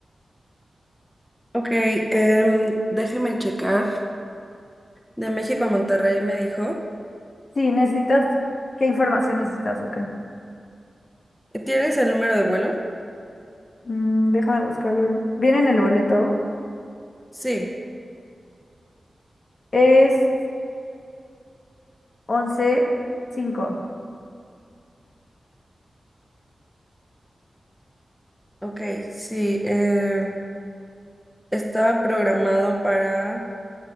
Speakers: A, in the centre; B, on the left.
A: Ok, em, déjeme checar. De México a Monterrey me dijo.
B: Sí, necesitas, ¿qué información necesitas o qué?
A: ¿Tienes el número de vuelo?
B: Mm, déjame buscarlo. en- Viene en el boleto.
A: Sí,
B: Es Once, cinco.
A: ok, sí. eh, estaba programado para